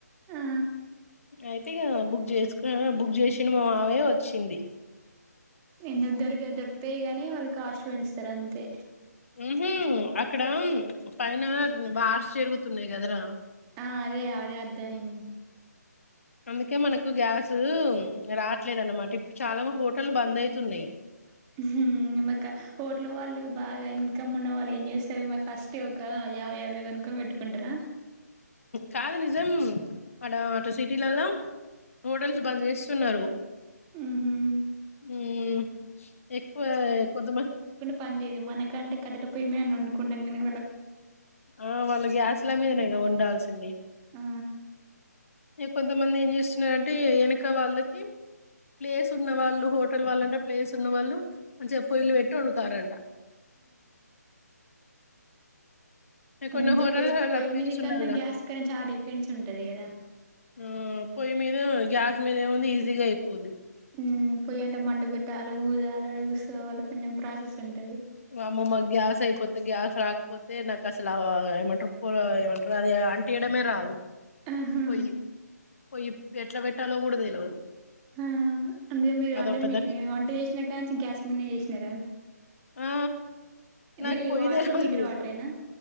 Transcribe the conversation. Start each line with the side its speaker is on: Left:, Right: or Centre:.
Right: ఆ
Left: అయితే ఇక బుక్ చేసుకు బుక్ చేసిన మా మావయ్య వచ్చింది
Right: ఎందుకు దొరిక దొరుకుతాయి గానీ వాళ్ళు కా ఆస్ట్ పెంచుస్తారు అంతే
Left: ఉహు అక్కడ పైన వార్స్ జరుగుతున్నాయి కదరా
Right: ఆ అదే అదే అర్థమయింది
Left: అందుకే మనకు గ్యాస్ రావట్లేదన్నమాట ఇప్పుడు చాలా హోటల్ బంద్ అయితున్నాయి
Right: హ్మ్ మకా హోటలు వాళ్ళు బాగా ఇన్కమ్ ఉన్న వాళ్ళు ఏం చేస్తారు మరి ఫస్ట్ ఒక యాభై అరవై కనుకొని పెట్టుకుంటార
Left: కాదు నిజం అటు అటు సిటీలలా హోటల్స్ బంద్ చేస్తున్నారు
Right: ఉహు
Left: హ్మ్ ఎక్కువ కొదమ
Right: పనిదు మనకంటే కట్ట ప పోయ్యమ అని అండుకుంటనిళ్
Left: ఆ వాళ్ళ గ్యాస్ ఇట్ల మీదనే ఉండాల్సింది
Right: ఆ
Left: ఏ కొంతమంది ఎం చెస్ ంటే వెనక వాళ్ళకి ప్లేస్ ఉన్న వాళ్ళు హోటల్ వాళ్ళంటే ప్లేస్ ఉన్న వాళ్ళు మంచిగా పొయలు పెట్టి వండుతారంట కొన్ని
Right: అంటే
Left: హోటల్
Right: పోయి
Left: అలా
Right: పోయి
Left: ప్లేస్
Right: మీది కన్నా
Left: ఉండదుగా
Right: గ్యాస్ కన్నా చాలా డిఫెంట్స్ ఉంటది కదా
Left: ఆ పొయ్యి మీద గ్యాస్ మీద ఏముంది ఈజీగా అయిపోద్ది
Right: హ్మ్ పోయి అంట మంట పెట్టాల ఊద అగు వాళ్ళెం ప్రాస ఉంటది
Left: మాకు మా గ్యాస్ అయిపోతే గ్యాస్ రాకపోతే నాకు అసలు ఏమంటారు పొయ్యి ఏమంటారు అది అంటియడమే రాదు
Right: ఆహా
Left: పోయి పోయి ఎట్లా పెట్టాలో కూడా తెలవదు
Right: ఆ అంటే మీరు
Left: అదో
Right: అంటే
Left: పెద్ద
Right: మీకు వంట చేసినా కానుంచి గ్యాస్ మీదనే చేసినారా
Left: ఆ నాకు
Right: మరి
Left: పోయి
Right: వాటర్
Left: తెలవదు
Right: హీటర్ వాటరేనా